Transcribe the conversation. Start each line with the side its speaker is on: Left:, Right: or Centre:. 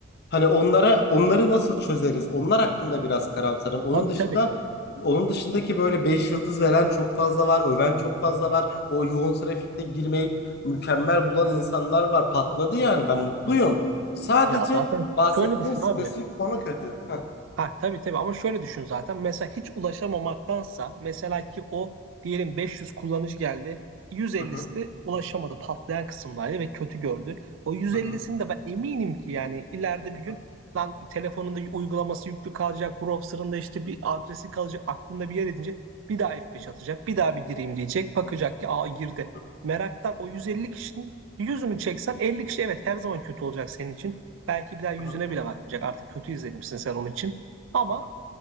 Left: Hani onlara onları nasıl çözeriz? Onlar hakkında biraz karamsarım. Onun
Right: Tabii
Left: dışında
Right: tabii.
Left: onun dışındaki böyle 5 yıldız veren çok fazla var, öven çok fazla var. O yoğun trafikte girmeyip mükemmel bulan insanlar var. Patladı yani ben mutluyum. Sadece
Right: Ya zaten
Left: bahsettiğim
Right: şöyle düşün
Left: spesifik
Right: abi.
Left: konu kötü. Heh.
Right: Ha tabii tabii ama şöyle düşün zaten. Mesela hiç ulaşamamaktansa mesela ki o diyelim 500 kullanıcı geldi. 150'si
Left: Hı hı,
Right: de ulaşamadı patlayan kısımdaydı ve kötü gördü. O 150'sini
Left: hı hı,
Right: de ben eminim ki yani ileride
Left: hı
Right: bir
Left: hı,
Right: gün lan telefonunda uygulaması yüklü kalacak, browser'ında işte bir adresi kalacak, aklında bir yer edince bir daha F5 atacak, bir daha bir gireyim diyecek, bakacak ki aa girdi.
Left: hı hı,
Right: Meraktan o 150 kişinin yüzünü çeksen 50 kişi evet her zaman kötü olacak senin için. Belki bir daha yüzüne
Left: hı hı,
Right: bile bakmayacak. Artık kötü izlenimsin sen onun için. Ama
Left: hı hı.